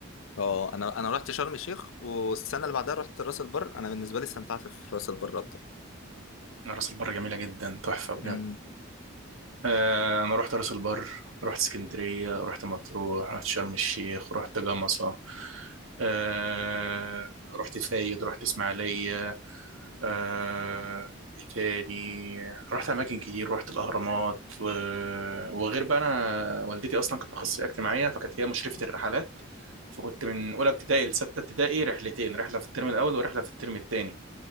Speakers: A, on the left; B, on the right.
A: اه انا انا رحت شرم الشيخ والسنه اللي بعدها رحت راس البر انا بالنسبه لي استمتعت في راس البر اكتر
B: راس البر جميلة جدا تحفة بجد
A: مم.
B: آه، انا رحت راس البر رحت اسكندريه رحت مطروح رحت شرم الشيخ رحت جمصه آه، رحت فايد رحت اسماعيليه آه، إيه تاني رحت اماكن كتير رحت الاهرامات و... وغير بقى انا والدتي اصلا كانت اخصائيه اجتماعيه فكانت هي مشرفه الرحلات فكنت من اولى ابتدائي لسته ابتدائي رحلتين رحله في الترم الاول ورحله في الترم الثاني